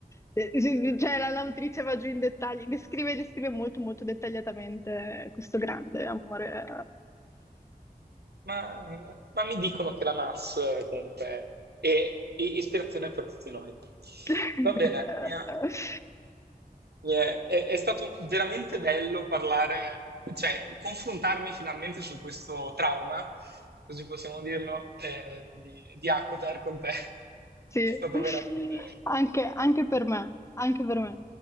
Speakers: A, on the left; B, on the right.
A: eh, Cioè la- l'autrice va giù in dettagli, descrive, descrive molto molto dettagliatamente questo grande amore.
B: Ma, ma mi dicono che la MAS eh, comunque è, è ispirazione per tutti noi.
A: eh.
B: Va bene, mia.
A: <laughs>
B: Eh, È, è stato veramente bello parlare, cioè confrontarmi finalmente su questo trauma, così possiamo dirlo, eh, di, di Akotar con te. <laughs>
A: Sì,
B: È stato veramente...
A: anche, anche per me, anche per me.